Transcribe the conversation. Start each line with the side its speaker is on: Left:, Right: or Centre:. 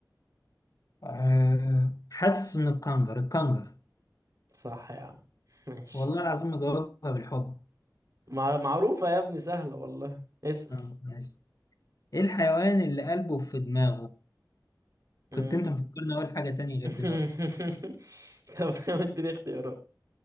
Left: آه. حاسس ان الكنجر الكنجر
Right: صح يا عم ماشي
Left: والله العظيم مجاوبها بالحب
Right: مع... معروفة يا ابني سهلة والله اسأل
Left: اه ماشي ايه الحيوان اللي قلبه في دماغه
Right: مم.
Left: كنت انت مفكرني اقول حاجة تانية
Right: <laughs>
Left: غير دماغه
Right: طب اديني اختيارات